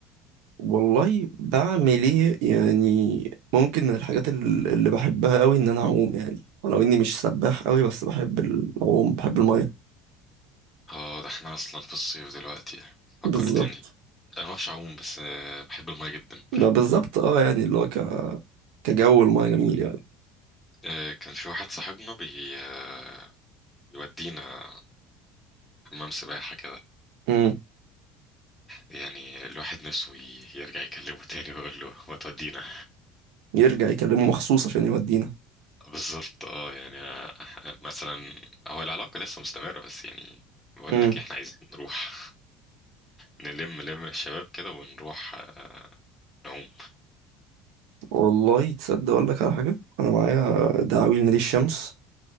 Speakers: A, on the right; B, on the left.
A: والله بعمل ايه يعني ممكن من الحاجات ال- اللي بحبها قوي ان انا اعوم يعني ولو اني مش سباح قوي بس بحب العوم بحب الميه
B: اه ده احنا اصلا في الصيف دلوقتي فكرتني
A: بالظبط
B: انا ما بعرفش اعوم بس آه، بحب الماء جدا
A: ما بالظبط اه يعني اللي هو ك- كجو الميه جميل يعني
B: آه، كان في واحد صاحبنا بي آه، يودينا حمام سباحة كده
A: امم
B: يعني الواحد نفسه ي- يرجع يكلمه تاني ويقول له ما تودينا
A: يرجع يكلمه مخصوص عشان يودينا
B: بالظبط اه يعني أنا مثلا هو العلاقة لسه مستمرة بس يعني بقول
A: امم
B: لك احنا عايزين نروح نلم لم الشباب كده ونروح آه، نعوم
A: والله تصدق اقول لك على حاجه انا معايا دعاوي لنادي الشمس